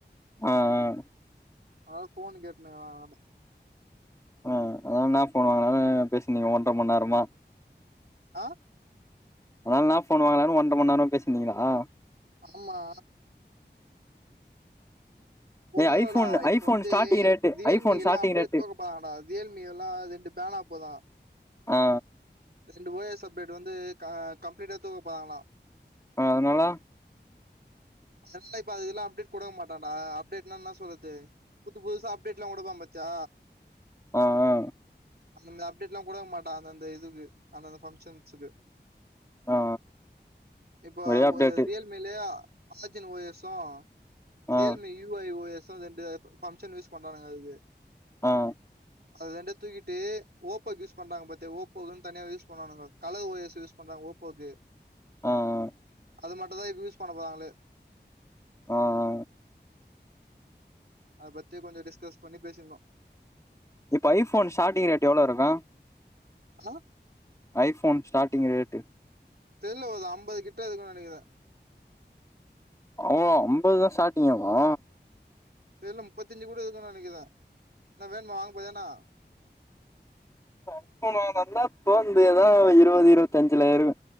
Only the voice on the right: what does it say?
அத ஃபோன் கேட்டுன் இருக்கிறா என்னான்ட
ஆ
ஆமா ஒன்னுல்லடா
இப்ப
வந்து
ரியல்மீ
எல்லா அப்டியே
தோக்கபோறாங்கடா ரியல்மீ எல்லா ரெண்டு பேனாபோது
ரெண்டு ஓ எஸ் அப்டேட் வந்து கம்ப்ளீட்டா தூக்கப்போறாங்களா
அதனால இப்ப அதுக்கெல்லா அப்டேட் குடுக்க மாட்டாடா அப்டேட்னா என்ன சொல்றது புது புதுசா அப்டேட்லா உடுவா பாத்யா
அந்தந்த அப்டேட்ல்லா குடுக்க மாட்டா அந்தந்த இதுக்கு அந்தந்த பங்க்ஷன்ஸூக்கு
இப்ப
ஒர் ரியல் மீலே ஆ ஜின் ஓ எஸ்சு
Realme U I O S ரெண்டு பங்க்ஷன் யூஸ் பண்றானுங்க அதுக்கு
அது ரெண்டயு தூக்கிட்டு ஓப்போக்கு யூஸ் பண்றாங்க பாத்தி ஓப்போக்குன்னு தனியா யூஸ் பண்ணாணுங்க கழவு ஓ எஸ் யூஸ் பண்றாங்க ஓப்போக்கு
அது மட்டுதா இப்ப யூஸ் பண்ண போறாங்களே
அத பத்தி கொஞ்சோ டிஸ்கஸ் பண்ணி பேசிந்தோ
ஆ
தெர்ல ஒரு ஐம்பது கிட்ட இருக்குன்னு நெனைக்கிறே
தெர்ல முப்பத்தஞ்சு கூட இருக்குனு நெனைக்கிறே என்ன வேணுமா வாங்க போறியா என்ன <inaudible>